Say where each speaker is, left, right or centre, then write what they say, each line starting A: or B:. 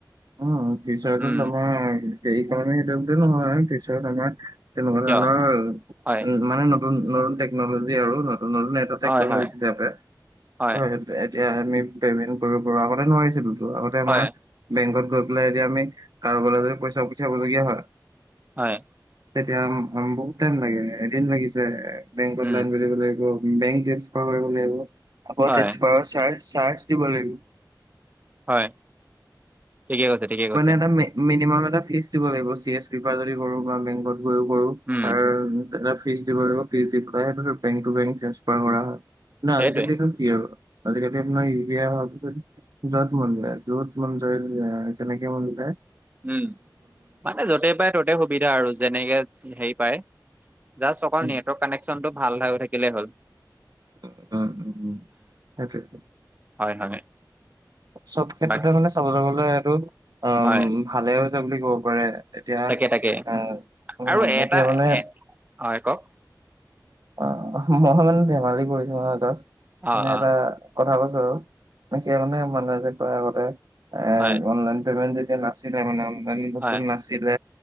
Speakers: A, on the right; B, on the right.
A: উম, ফিউচাৰটোত
B: উম
A: মানে হেৰি কাৰণে যোনটো নহয় ফিউচাৰত মানুহে তেনেকুৱা
B: কিয়
A: ধৰণৰ। উম,
B: হয়
A: মানে নতুন, নতুন টেকনলজি আৰু নতুন, নতুন এটা <unintelligible>
B: হয় হয় হয়
A: এতিয়া আমি পেমেন্ট কৰিব পৰা, আগতে নোৱাৰিছিলোঁতো। আগতে আমাৰ
B: হয়
A: বেংকত গৈ পেলাই এতিয়া আমি কাৰোবালৈ যদি পইচা পঠিয়াবলগীয়া হয়
B: হয়।
A: তেতিয়া বহুত টাইম লাগে, এদিন লাগিছে, বেংকত
B: উম
A: লাইন পাতিব লাগিব। বেংক ট্ৰেসফাৰ কৰিব লাগিব, আকৌ
B: হয়
A: ট্ৰেচফাৰ চাৰ-চাৰ্জ দিব লাগিব।
B: হয়। ঠিক কৈছে, ঠিকে কৈছে
A: মানে এটা মি-মিনিমাম এটা ফিছ দিব লাগিব। চি এছ পি পা যদি কৰোঁ বা বেংকত। গৈয়ো কৰোঁ
B: উম
A: তাৰ এটা ফিছ দিব লাগিব। ফিছ দি পেলাই বেংক টো বেংক ট্ৰেঞ্চফাৰ কৰা হয়। না,
B: সেইটোৱে
A: আজিকালটো কি আৰু, আজিকালি আপোনাৰ ই উ পি আই হোৱাৰ পিছত য'ত মনযায়, য'ত মনযায় যেনেকে আমাৰ দুটাই।
B: উম, মানে য'তেই পাই ত'তেই সুবিধা আৰু, যেনেকে হেৰি পাই, যাচ অকন
A: উম,
B: নেটৱৰ্ক কানেক চনটো ভাল হৈ থাকিলেই হ'ল।
A: উ, উম, উম, হেইটোৱে।
B: হয়, হয়।
A: চব ক্ষেত্ৰতে
B: বাক
A: মানে চাবলৈ গ'লে এইটো অ'
B: হয়
A: ভালে হৈছে বুলি ক'ব পাৰে। এতিয়া উম,
B: তাকে তাকে
A: উম,
B: আৰু এটা
A: এতিয়া মানে
B: এ হয় কওক।
A: অ' মই মানে ধেমালি কৰিছোঁ হা, জাষ্ট
B: অ
A: মানে এটা
B: অ
A: কথা কৈছোঁ আৰু <unintelligible> মানুহে, মানুহে যে কয় আগতে এ,
B: হয়
A: অনলাইন পেমেন্ট যেতিয়া নাছি মানে অনলাইন বস্তু
B: হয়
A: নাছিলে,